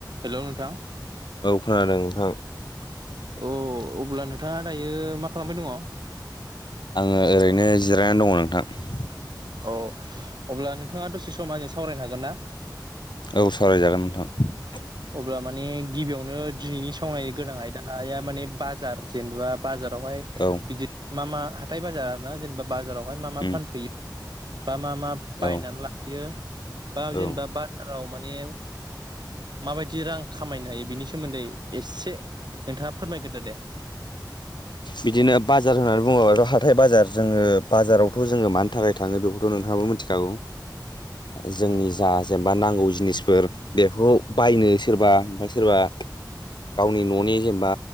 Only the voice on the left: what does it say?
औ खोनादों नोंथां
आङो ओरैनो जिरायनानै दङ नोंथां
औ सावरायजागोन नोंथां
औ
उम
औ
औ
बिदिनो बाजार होननानै बुङोबाथ' हाथाय बाजार जोङो बाजारावथ' जोङो मानि थाखाय थाङो बेखौथ' नोंथाङाबो मिथिखागौ
जोंनि जा जेनेबा नांगौ जिनिसफोर बेखौ बायनो सोरबा ओमफ्राय सोरबा गावनि न'नि जेनेबा